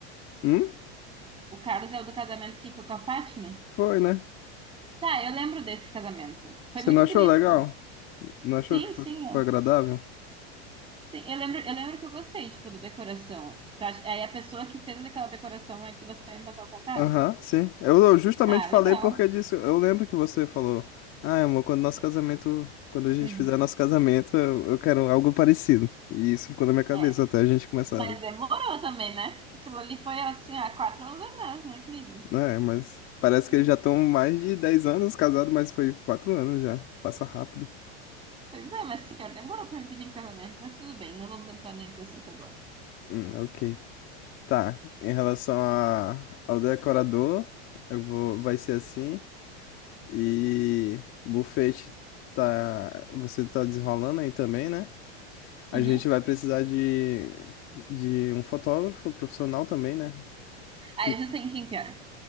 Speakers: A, on the left; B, on the right.
A: hum,
B: O Carlos é o do casamento que foi com a Fátima?
A: foi, né?
B: Tá, eu lembro desse casamento. Foi
A: Você
B: muito
A: não achou
B: bonito.
A: legal? Não achou
B: Sim,
A: que foi,
B: sim, ó.
A: foi agradável?
B: Sim, eu lembro, eu lembro que eu gostei, tipo, da decoração. Tu acha- Aí a pessoa que fez aquela decoração é que você vai me passar o contato?
A: Aham, sim. Eu, eu justamente
B: Ah,
A: falei
B: legal.
A: porque disso. Eu lembro que você falou, ah, amor, quando nosso casamento, quando a gente
B: Uhum.
A: fizer nosso casamento, eu, eu quero algo parecido. E isso ficou na minha cabeça
B: É,
A: até a gente começar,
B: mas demorou também, né? Aquilo ali foi assim, há quatro anos atrás, né, querido?
A: né? Mas parece
B: Uhum.
A: que eles já estão mais de 10 anos casados, mas foi quatro anos já. Passa rápido.
B: Pois é, mas senhor, demorou pra me pedir em casamento, mas tudo bem, não vamos entrar nesse assunto agora.
A: Hum, ok. Tá. Em relação a, ao decorador, eu vou, vai ser assim. E buffet tá, você tá desenrolando aí também, né? A
B: Uhum.
A: gente vai precisar de, de um fotógrafo profissional também, né?
B: Aí
A: Que
B: vocês têm quem que era?